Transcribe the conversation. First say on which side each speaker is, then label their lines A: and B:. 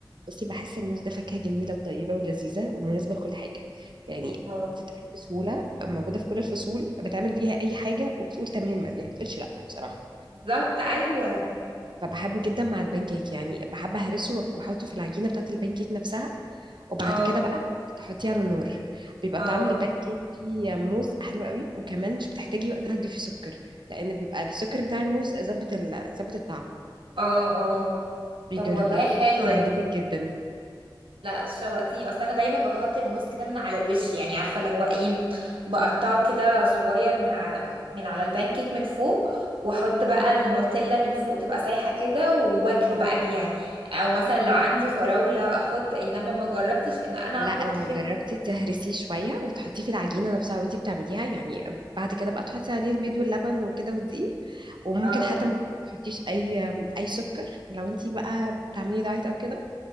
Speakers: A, on the right (about 65°); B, on the right (about 85°).
A: بصي بحس الموز ده فاكهة جميلة وطيبة ولذيذة ومناسبة لكل حاجة يعني
B: اه
A: بتتاكل بسهولة موجودة في كل الفصول بتعمل بيها أي حاجة وبتقول تمام يعني ما بتقولش لأ بصراحة
B: بالظبط ايوه
A: فبحبه جدا مع البانكيك يعني بحب أهرسه وأحطه في العجينة بتاعة البانكيك نفسها وبعد
B: اه
A: كده بقى تحطيه على النار بيبقى
B: اه
A: طعم البان كيك فيه موز حلو قوي وكمان مش بتحتاجي وقتها تضيفي سكر لان بيبقى السكر بتاع الموز ظابط ال- ظابط الطعم
B: اه اه
A: بيجربيه
B: طب والله
A: بالموز
B: حلوه
A: هيعجبك
B: دي
A: جدا
B: لا شواتيه اصل انا دايما بحط الموز كده من على الوش يعني عارفه اللي هو ايه بقطعه كده صغير من ع... من على البانكيك من فوق واحط بقى النوتيلا من فوق تبقى سايحه كده واكله بقى بيها او مثلا لو عندي فراوله احط انما ما جربتش ان انا
A: لا
B: احط
A: لو
B: في ال-
A: جربتي تهرسيه شويه وتحطيه في العجينه نفسها وانتي بتعمليها يعني بعد كده بقى تحطي عليه البيض واللبن وكده والدقيق وممكن
B: اه
A: حتى ما تحطيش اي اي سكر لو انتي بقى بتعملي دايت او كده